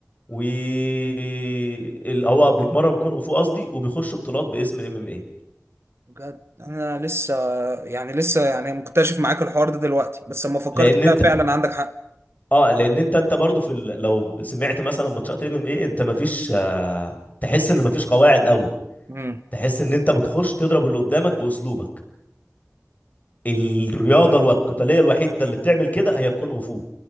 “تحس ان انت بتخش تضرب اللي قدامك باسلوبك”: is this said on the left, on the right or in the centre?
Left